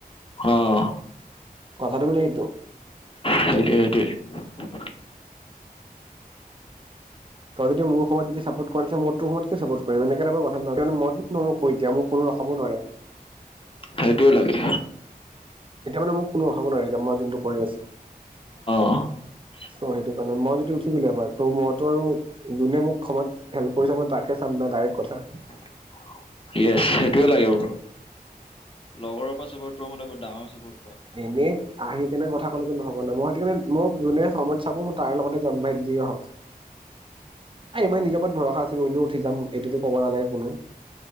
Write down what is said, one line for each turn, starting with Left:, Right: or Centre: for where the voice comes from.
Left: আহ
Right: কথাটো মানে সেইটো।
Left: সেইটোৱে সেইটোৱে।
Right: তই যদি মোৰ সময়ত যদি চাপৰ্ট কৰিছে, ময়ো তোৰ সময়ত চাপৰ্ট কৰিম, এনেকে এটা কথা ন মই দিয় মোৰ কোনো খাব নোৱাৰে
Left: সেইটোয়ে লাগে।
Right: এতিয়া মানে মোক কোনো ৰখাবো নোৱাৰি এতিয়া মই যোনটো কৰি আছোঁ।
Left: <unintelligible>
Right: ত' সেইটো কাৰণে মই যদি উঠি পিনে অ' এবাৰ ত' মইতো আৰু যোনে মোক সময়ত হেল্প কৰিছে মই তাক হে চাম ডাইৰেক্ট কথা।
Left: <unintelligible> ইয়েছ সেইটোয়ে লাগে <unintelligible> লগৰৰ পৰা চাপৰ্ট পোৱা মানে বহুত ডাঙৰ চাপৰ্ট পোৱা
Right: এনেই আহি কেনে কথা ক'লেতো নহ'ব ন মই সেইটো মোক যোনে সময়ত চাব মই তাৰ লগতে যাম পাই যিয়েহক। এই মোৰ নিজৰ ওপৰত ভৰসা আছে, মই এনেও উঠি যাম এইটো তো ক'ব নালাগে কোনো